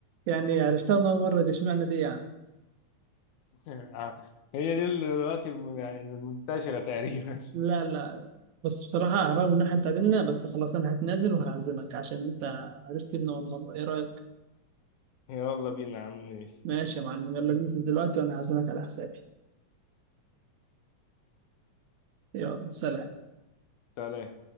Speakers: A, on the right (about 75°); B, on the left (about 80°).
A: يعني عرفتها من اول مره دي اشمعنى دي يعني
B: <laughs> هي دي اللي دلوقتي يعني منتشرة تقريبا
A: لا لا بس بصراحة رغم إن إحنا اتعادلنا بس خلاص أنا هتنازل وهعزمك عشان أنت عرفت من أول مرة إيه رأيك؟
B: <laughs> يلا بينا يا عم ماشي
A: ماشي يا معلم يلا ننزل دلوقتي وأنا هعزمك على حسابي يلا سلام
B: سلام